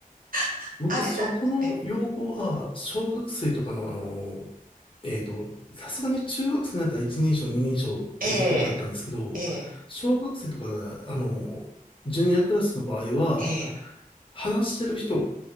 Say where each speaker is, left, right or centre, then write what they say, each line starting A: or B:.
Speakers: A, on the right; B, on the left.
A: <laughs>
B: 僕、
A: あれなんか、
B: そこの用語は、
A: え、
B: 小学生とかの、あの、えっと、さすがに中学生になったら一人称、二人称っていう言い方だったんですけど、
A: ええ、ええ、
B: 小学生とか、あの、ジュニアクラスの場合は、
A: ええ、
B: 話してる人、